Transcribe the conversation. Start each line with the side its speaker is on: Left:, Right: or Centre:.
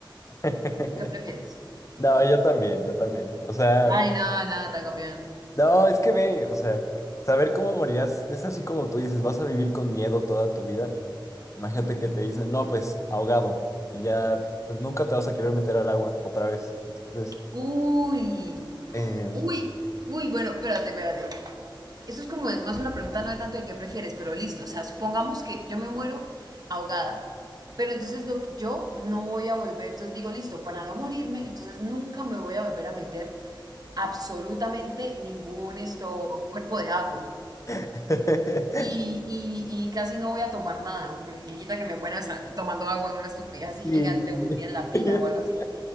Left: <laughs>
Right: ¿Tú ¿Qué prefieres?
Left: No, yo también, yo también. O sea,
Right: Ay, no, no, tan campeón.
Left: no, es que ve, o sea, saber cómo morirás es así como tú dices, vas a vivir con miedo toda tu vida. Imagínate que te dicen, no, pues ahogado, y ya pues, nunca te vas a querer meter al agua otra vez. Entonces,
Right: Uy,
Left: eh...
Right: uy, uy, bueno, espérate, espérate. Eso es como más una pregunta no de tanto de qué prefieres, pero listo. O sea, supongamos que yo me muero ahogada. Pero entonces lo que yo no voy a volver, entonces digo, listo, para no morirme, entonces nunca me voy a volver a meter absolutamente ningún esto, cuerpo de agua.
Left: <laughs>
Right: Y, y, y casi no voy a tomar nada, porque qué quita que me muera sa- tomando agua una estupidez así
Left: sí,
Right: gigante
Left: sí,
Right: o metida en la pila
Left: sí. <laughs>
Right: o algo así.